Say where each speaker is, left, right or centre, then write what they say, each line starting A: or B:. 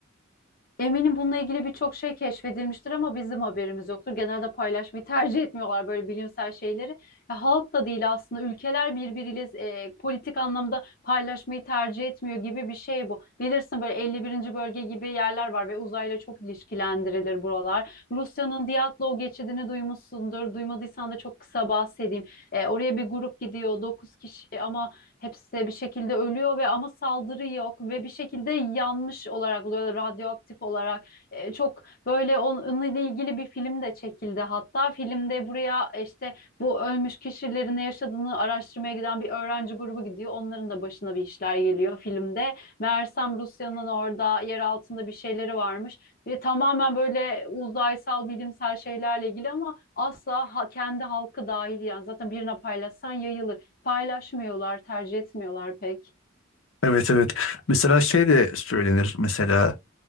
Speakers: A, on the left; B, on the left.
A: Eminim bununla ilgili birçok şey keşfedilmiştir ama bizim haberimiz yoktur. Genelde paylaşmayı tercih etmiyorlar böyle bilimsel şeyleri. Ya halk da değil aslında ülkeler birbiriyle e, politik anlamda paylaşmayı tercih etmiyor gibi bir şey bu. Bilirsin böyle 51. bölge gibi yerler var ve uzayla çok ilişkilendirilir buralar. Rusya'nın Diatlov geçidini duymuşsundur. Duymadıysan da çok kısa bahsedeyim. E, oraya bir grup gidiyor dokuz kişi ama Hepsi bir şekilde ölüyor ve ama saldırı yok ve bir şekilde yanmış olarak oluyor radyoaktif olarak. E, çok böyle onunla ilgili bir film de çekildi. Hatta filmde buraya işte bu ölmüş kişilerin ne yaşadığını araştırmaya giden bir öğrenci grubu gidiyor. Onların da başına bir işler geliyor filmde. Meğersem Rusya'nın orada yer altında bir şeyleri varmış. Ve tamamen böyle uzaysal bilimsel şeylerle ilgili ama asla ha- kendi halkı dahil yani zaten birine paylaşsan yayılır paylaşmıyorlar, tercih etmiyorlar pek.
B: Evet evet. Mesela şey de söylenir mesela